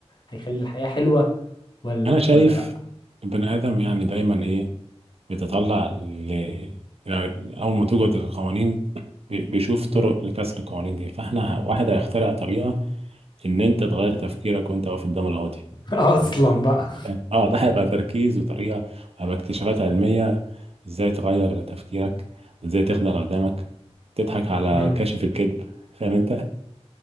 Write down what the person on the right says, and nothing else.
انا شايف
البني ادم يعني دايما ايه بيتطلع ل... يعني اول ما توجد القوانين بي- بيشوف طرق
لكسر القوانين دي فاحنا واحد هيخترع طريقه ان انت تغير تفكيرك وانت واقف قدام القاضي
تمام
اه ده هيبقى تركيز وطريقه وهيبقى اكتشافات علميه ازاي تغير تفكيرك وازاي تخدع اللي قدامك تضحك على
كاشف الكذب فاهم انت